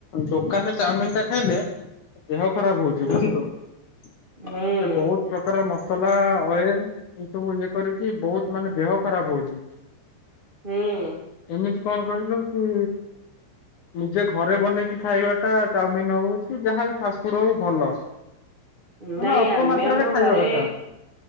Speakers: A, on the left; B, on the right.
A: ଦୋକାନ ରେ ଚାଉମିିନି ଟା ଖାଇଲେ ଦେହ ଖରାପ ହଉଚି
B: ହୁଁ
A: ବୁଝିଲୁ ସେ
B: ହୁଁ।
A: ବହୁତୁ ପ୍ରକାର ମସଲା ଅଏଲ ଏ ସବୁ ଇଏ କରିକି ବହୁତୁ ମାନେ ଦେହ ଖରାପ ହଉଚି
B: ହୁଁ
A: ଏମିତି କଣ କହିଲୁ କି ନିଜେ ଘରେ ବନେଇକି ଖାଇବା ଟା ଚାଉମିନି ହଉ କି ଯାହାଵି ଫାଷ୍ଟଫୁଡ ହଉ ଭଲ। ମାନେ
B: ନାଇଁ
A: ଅଳ୍ପ
B: ଆମେ
A: ମାତ୍ରାରେ
B: ଆମ
A: ଖାଇବା
B: ଘରେ
A: କଥା।